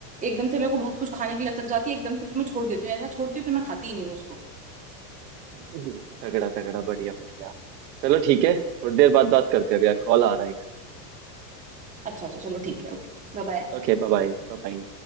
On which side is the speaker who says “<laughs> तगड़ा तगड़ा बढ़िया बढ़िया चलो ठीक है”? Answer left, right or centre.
Right